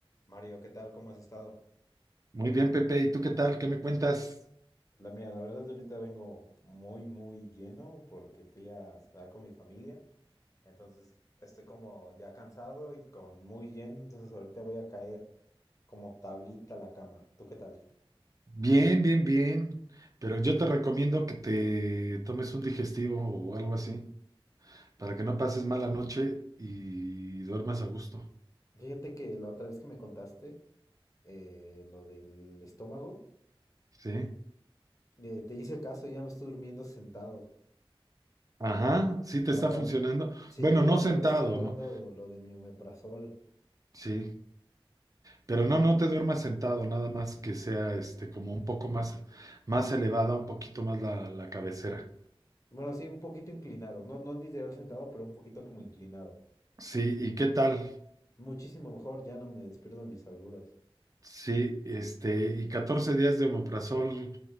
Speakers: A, on the left (about 35°); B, on the right (about 35°).
A: Mario, ¿qué tal? ¿Cómo has estado?
B: Muy bien, Pepe. ¿Y tú qué tal? ¿Qué me cuentas?
A: La mía, la verdad ahorita vengo muy, muy lleno porque fui a cenar con mi familia. Entonces estoy como ya cansado y con muy lleno. Entonces ahorita voy a caer como tablita a la cama. ¿Tú qué tal?
B: Bien, bien, bien. Pero yo te recomiendo que te tomes un digestivo o algo así para que no pases mala noche y duermas a gusto.
A: Fíjate que la otra vez que me contaste eh, lo del estómago,
B: ¿Sí?
A: eh, te hice caso, ya me estoy durmiendo sentado.
B: Ajá, sí
A: Y
B: te está
A: aparte,
B: funcionando.
A: sí,
B: Bueno, no
A: aparte
B: sentado,
A: estoy llevando
B: no.
A: lo de mi omeprazol.
B: Sí. Pero no, no te duermas sentado, nada más que sea este como un poco más, más elevada, un poquito más la, la cabecera.
A: Bueno, sí, un poquito inclinado. No, no literal sentado, pero un poquito como inclinado.
B: Sí, ¿y qué tal?
A: Muchísimo mejor, ya no me despierto en mis agruras.
B: Sí, este, y 14 días de omeprazol.